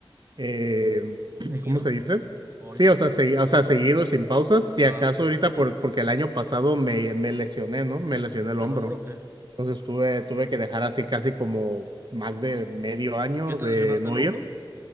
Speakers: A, on the right; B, on the right.
A: eh, <clears throat>
B: ¿Seguido
A: ¿cómo se dice?
B: o
A: Sí,
B: incómodo?
A: o sea, segui- o sea, seguido, sin pausas. Si
B: Ah,
A: acaso
B: ok.
A: ahorita, por, porque el año pasado me, me lesioné, ¿no? Me lesioné el
B: ¿El
A: hombro.
B: hombro o qué?
A: Entonces tuve, tuve que dejar así casi como más de medio año
B: ¿Qué te
A: de
B: lesionaste
A: no
B: el hombro?
A: ir.